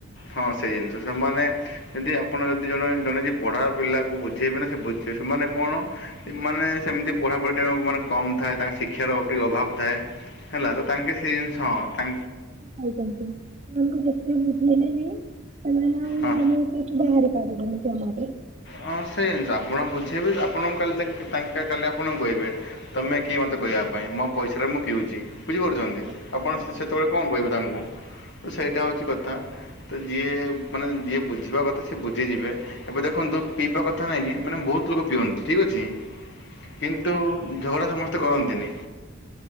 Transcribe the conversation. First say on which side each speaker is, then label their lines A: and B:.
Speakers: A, on the left (about 60°); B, on the right (about 35°).
A: ହଁ ସେଇ ଜିନଷ ସେମାନେ ଯଦି ଆପଣ ଯଦି ଜଣେ ଜଣେ ଯେ ପଢା ପିଲାକୁ ବୁଝେଇବେ ନା ସେ ବୁଝ ସେମାନେ କଣ? ମାନେ ସେମତି ପଢାପଢ଼ି ଟିକେ ମାନେ କମ ଥାଏ ତାଙ୍କ ଶିକ୍ଷାର ଆଉ ଟିକେ ଅଭାବ ଥାଏ। ହେଲା ତ ତାଙ୍କେ ସେଇ ଜିନଷ ହଁ ତା
B: ଖାଉଛନ୍ତି, ସେମାନଙ୍କୁ ଯେତେ ବୁଝିଲେ ବିି ସେମାନେ ଆ
A: ହଁ।
B: ସେ ସେଠୁ ବାହାରି ପାରିବେନି ଜମା ବି।
A: ହଁ ସେଇ ଜିନଷ, ଆପଣ ବୁଝେଇବେ, ଆପଣଙ୍କୁ କାଲି ତାଙ୍କେ ତାଙ୍କେ କାଲି ଆପଣଙ୍କୁ କହିବେ। ତମେ କିଏ ମତେ କହିବା ପାଇଁ, ମୋ ପଇସାରେ ମୁଁ ପିଉଛି ବୁଝିପାରୁଛନ୍ତି।
B: ଆପଣଙ୍କୁ
A: ଆପଣ ସେତେବେଳେ କଣ କହିବେ ତାଙ୍କୁ? ତ ସେଇଟା ହଉଛି କଥା। ତ ଯିଏ ମାନେ ଯିଏ ବୁଝିବା କଥା, ସିଏ ବୁଝିଯିବେ ଏବେ ଦେଖନ୍ତୁ ପିଇବା କଥା ନାହିଁ କି, ମାନେ ବହୁତ ଲୋକ ପିଅନ୍ତି, ଠିକ୍ ଅଛି, କିନ୍ତୁ ଝଗଡ଼ା ସମସ୍ତେ କରନ୍ତିନି